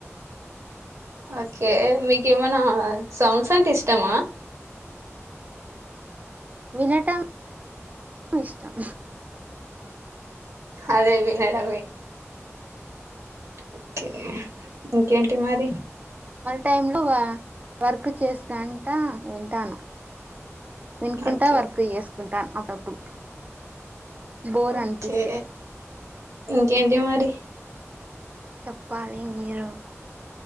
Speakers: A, on the right; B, on the right.
A: ఓకే మీకేమనా సాంగ్స్ అంటే ఇష్టమా
B: వినటం ఇష్టం
A: అదే వినడమే ఓకే ఇంకేంటి మరి
B: టైం లో వర్క్ చేసుకుంట వింటాన్న వినుకుంటా
A: ఓకే
B: వర్క్ చేసుకుంటాను అటప్పుడు బోర్
A: ఓకే
B: అనిపిస్తే
A: ఇంకేంటి మరి
B: చెప్పాలి మీరు